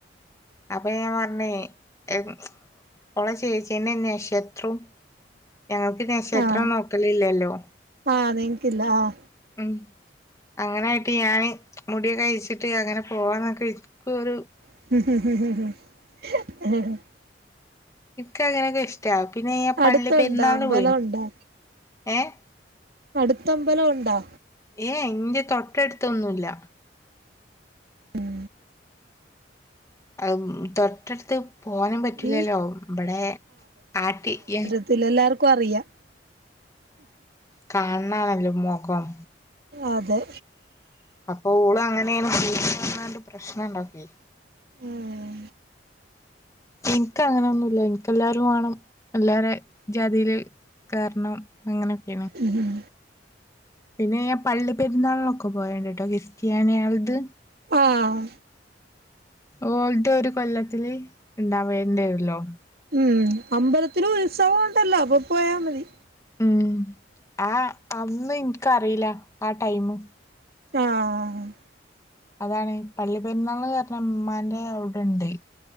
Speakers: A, on the left (about 15°); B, on the right (about 60°).
A: അപ്പൊ ഞാൻ പറഞ്ഞേന് മച് ഓള ചേച്ചിന്നെ നെക്ഷത്രോം ഞങ്ങൾക്ക് നെക്ഷത്രം
B: ആഹ്
A: നോക്കലില്ലല്ലോ.
B: ആഹ് നിങ്ങിക്കില്ല ആഹ്.
A: ഉം അങ്ങനായിട്ട് ഞാന് മുട്യൊക്കെ അഴിച്ചിട്ട് അങ്ങനെ പോവാന്നൊക്കെ വി നിക്കൊരു
B: <inaudible>
A: ഇക്ക് അങ്ങനൊക്കെ ഇഷ്ടാ പിന്നെ ഞാൻ പള്ളി
B: അടുത്തുണ്ടോ
A: പെരുന്നാളിന്
B: അമ്പലം
A: പോയിനു
B: ഉണ്ടോ
A: ഏഹ്
B: അടുത്തമ്പലം ഉണ്ടാ
A: ഏയ് ഇന്റെ തൊട്ടടുത്തൊന്നുല്ല
B: ഉം
A: അഹ് മ് തൊട്ടടുത്ത് പോവാനും പറ്റില്ലല്ലോ
B: ഈ
A: ബടെ ആട്ടിയെൻ
B: ത്തിലെല്ലാർക്കും അറിയാം
A: കാണണാല്ലോ മൊഖം
B: അതെ
A: അപ്പൊ ഓള് അങ്ങനേണ് പൊയ്ക്ക്ണ്റഞ്ഞ്കാണ്ട് പ്രശ്നം ഇണ്ടാക്കൊയ്
B: ഉം
A: ഇൻക്ക് അങ്ങനൊന്നുല്ല ഇൻക്ക് എല്ലാരും വേണം എല്ലാരേ ജാതീല് കേറണം അങ്ങനൊക്ക്യേണ്
B: ഉംഹും
A: പിന്നെ ഞാൻ പള്ളി പെരുന്നാളിനൊക്കെ പോയണ്ട് ട്ടോ കിസ്ത്യാന്യാളത്
B: ആഹ്
A: ഓൽത് ഒരു കൊല്ലത്തില് ഇണ്ടാവേണ്ടരൊല്ലോ
B: ഉം അമ്പലത്തില് ഉത്സവം ഒണ്ടല്ലോ അപ്പൊ പോയാ മതി
A: ഉം ആഹ് അന്നും ഇൻക്കറീല്ല ആ ടൈമ്
B: ആഹ് ആഹ് ആഹ് ആഹ്
A: അതാണ് പള്ളി പെരുന്നാൾന് റഞ്ഞ മ്മാന്റെ അവ്ടെണ്ടെയ്